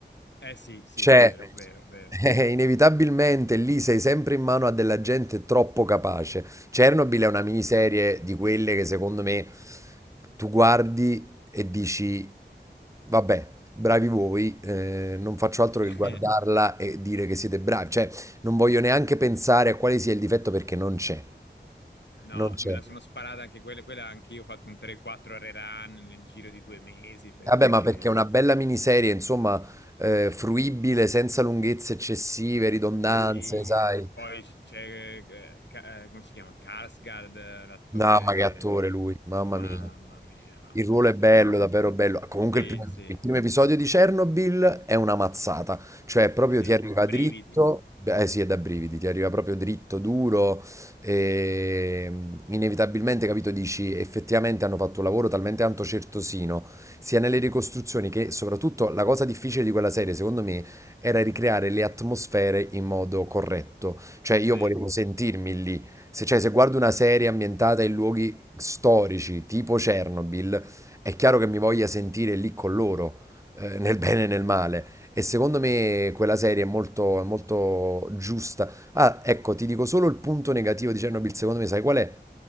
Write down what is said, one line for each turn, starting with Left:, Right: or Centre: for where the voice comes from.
Left: Eh sì, sì,
Right: Cioè,
Left: vero, vero, vero.
Right: <laughs> eh, inevitabilmente lì sei sempre in mano a della gente troppo capace. Chernobyl è una miniserie di quelle che secondo me tu guardi e dici, vabbè, bravi voi, eh, non faccio altro
Left: <laughs>
Right: che guardarla e dire che siete bravi. Cioè, non voglio neanche pensare a quale sia il difetto perché non c'è.
Left: No,
Right: Non c'è.
Left: me la sono sparata anche quella, quella anche io ho fatto un 3-4 rerun nel giro di due mesi perché
Right: Vabbè, ma Ecco. perché è una bella miniserie, insomma, eh, fruibile, senza lunghezze eccessive, ridondanze,
Left: sì,
Right: sai?
Left: poi c- c'è, eh, Ca- eh, come si chiama? Skarsgård, eh, l'attore,
Right: No, ma che attore lui, mamma
Left: mamma
Right: mia.
Left: mia, mamma
Right: Il ruolo
Left: mia,
Right: è bello,
Left: mamma mia.
Right: davvero bello. Comunque
Left: Sì,
Right: il primo,
Left: sì.
Right: il primo episodio di Chernobyl è una mazzata, cioè proprio
Left: Sì,
Right: ti arriva
Left: brividi.
Right: dritto, dritto, beh, eh sì, è da brividi, ti arriva proprio dritto, duro, e mm, inevitabilmente, capito, dici, effettivamente hanno fatto un lavoro talmente tanto certosino, sia nelle ricostruzioni che soprattutto la cosa difficile di quella serie, secondo me, era ricreare le atmosfere in modo corretto. Cioè, io
Left: Sì,
Right: volevo Sì. sentirmi lì. Se, cioè, se guardo una serie ambientata in luoghi storici, tipo Chernobyl, è chiaro che mi voglia sentire lì con loro, eh, nel bene e nel male. E secondo me quella serie è molto, è molto giusta. Ah, ecco, ti dico solo il punto negativo di Chernobyl, secondo me, sai qual è?